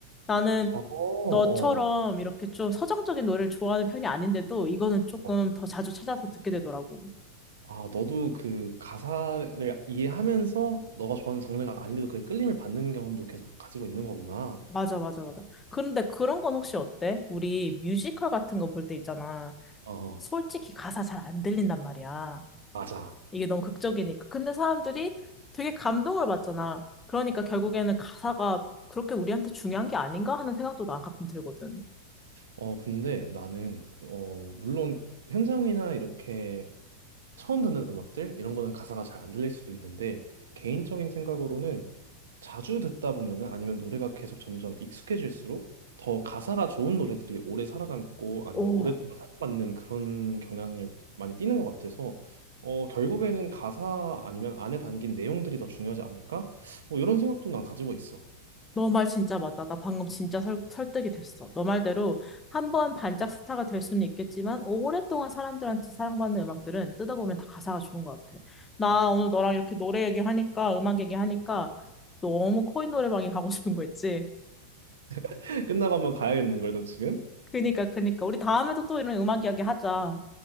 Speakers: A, on the left; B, on the right.
A: 나는
B: 어, 어,
A: 너처럼 이렇게 좀 서정적인 노래를 좋아하는 편이 아닌데도 이거는 조금
B: 어.
A: 더 자주 찾아서 듣게 되더라고.
B: 아, 너도 그 가사를 이해하면서 너가 좋아하는 장르가 아닌데도 그 끌림을 받는 경험도 계속 가지고 있는 거구나.
A: 맞아, 맞아, 맞아. 그런데 그런 건 혹시 어때? 우리 뮤지컬 같은 거 볼 때 있잖아.
B: 어,
A: 솔직히 가사 잘 안 들린단 말이야.
B: 맞아.
A: 이게 너무 극적이니까. 근데 사람들이 되게 감동을 받잖아. 그러니까 결국에는 가사가 그렇게 우리한테 중요한 게 아닌가 하는 생각도 난 가끔 들거든.
B: 어, 근데 나는, 그- 어, 물론 현장이나 이렇게 처음 듣는 음악들 이런 거는 가사가 잘 안 들릴 수도 있는데 개인적인 생각으로는 자주 듣다 보면은 아니면 노래가 계속 점점 익숙해질수록 더 가사가 좋은 노래들이 오래 살아남고 아니면
A: 오.
B: 오랫동안 사랑받는 그런 경향을 많이 띠는 것 같아서 어 결국에는 가사 아니면 안에 담긴 내용들이 더 중요하지 않을까? 뭐 이런 생각도 난 가지고 있어.
A: 너 말 진짜 맞다. 나 방금 진짜 설, 설득이 됐어. 너 말대로 한 번 반짝 스타가 될 수는 있겠지만 오랫동안 사람들한테 사랑받는 음악들은 뜯어보면 다 가사가 주는 것 같아. 나 오늘 너랑 이렇게 노래 얘기하니까 음악 얘기하니까 너무 코인 노래방에 가고 싶은 거 있지?
B: <laughs> 끝나고 한번 가야겠는 걸너 지금?
A: 그니까 그니까 우리 다음에도 또 이런 음악 이야기 하자.